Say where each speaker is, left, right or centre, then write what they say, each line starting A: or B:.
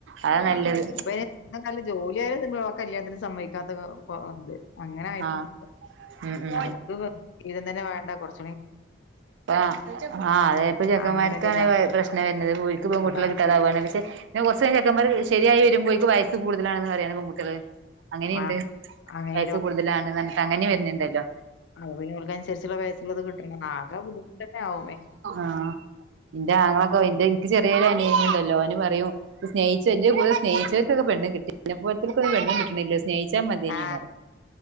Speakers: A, on the right; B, on the left.
A: അതാ നല്ലത്
B: ആ ഇപ്പയെന്ന് പറഞ്ഞാൽ ജോലിയായാൽ കല്ല്യാണത്തിന് സമ്മയ് ക്കാത്ത കോ ത് അങ്ങനെ ആയിട്ടുണ്ട്
A: ആഹ് ഉം
B: അവർക്ക് ഇതം തന്നെ വേണ്ട കൊർച്ച്.
A: ആ ആ അതേപ്പ ചെക്കന്മാർക്കാണ്
B: അങ്ങനൊരിതാണ്.
A: പ്രശ്നം വരുന്നത് ഓൽക്ക് പെൺകുട്ടികളെ
B: അതാണ്
A: കിട്ടാതാവാണ്.
B: ചി
A: പക്ഷെ ഇനി കൊർച്ച് കഴിഞ്ഞ് ചെക്കന്മാർ ശരിയായി വരുമ്പോഴേക്ക് വയസ്സ്‌ കൂടുതലാണെന്ന് പറയാണ് പെൺകുട്ടികള്. അങ്ങനെയുണ്ട്
B: ആഹ് അങ്ങനെ
A: വയസ്സ് കൂടുതലാണന്ന് അങ്ങനെ വരുന്നുണ്ടല്ലോ?
B: അത്പോലെ ഓൽക്ക് അനുസരിച്ചുള്ള വയസുള്ളത് കിട്ടണം ആകെ ബുദ്ധിമുട്ട് തന്നെ ആവും.
A: ആഹ് ഇന്റെ ആങ്ങളൊക്കെവലുതാ എനിക്ക് ചെറിയൊരു അനിയൻ ഉണ്ട്. ഓന് പറയും സ്നേഹിച്ച് എന്റെ കൂടെ സ്നേിഹിച്ച വർക്കൊക്കെ പെണ്ണ് കിട്ടി ഇന്നെപ്പോലത്തോൽക്കൊന്നും പെണ്ണ് കിട്ടണില്ല. സ്നേഹിച്ചാ മതിയേനിന്ന്
B: ആ
A: പറയും